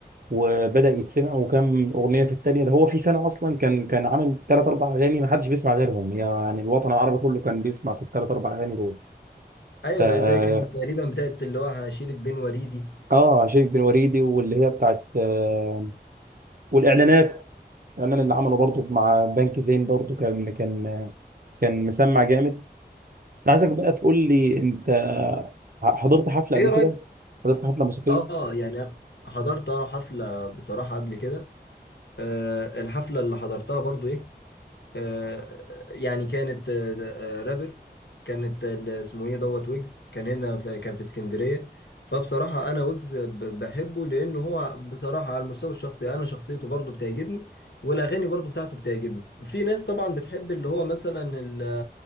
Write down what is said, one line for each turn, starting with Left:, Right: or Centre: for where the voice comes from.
Right: وبدا يتسمع وكم اغنيه في الثانيه ده هو في سنه اصلا كان كان عامل ثلاث اربع اغاني ما حدش بيسمع غيرهم يعني الوطن العربي كله كان بيسمع في الثلاث اربع اغاني دول
Left: ايوه
Right: ف
Left: اللي هي زي كانت تقريبا بتاعت اللي هو هشيلك بين وريدي
Right: اه شيخ بن وريدي واللي هي بتاعت آه والاعلانات الاعلان اللي عمله برضه مع بنك زين برضه كان كان كان مسمع جامد انا عايزك بقى تقول لي انت حضرت حفله
Left: ايه
Right: قبل
Left: رأيك
Right: كده حضرت حفله موسيقيه
Left: اه يعني أنا حضرت حفلة بصراحة قبل كده آه، الحفلة اللي حضرتها برضو ايه آه، يعني كانت آه، آه، رابر كانت ال- اسمه ايه دوت ويجز كان هنا في كان في اسكندرية فبصراحة انا ويجز ب- بحبه لان هو بصراحة على المستوى الشخصي انا شخصيته برضو بتعجبني والاغاني برضو بتاعته بتعجبني في ناس طبعا بتحب اللي هو مثلا ال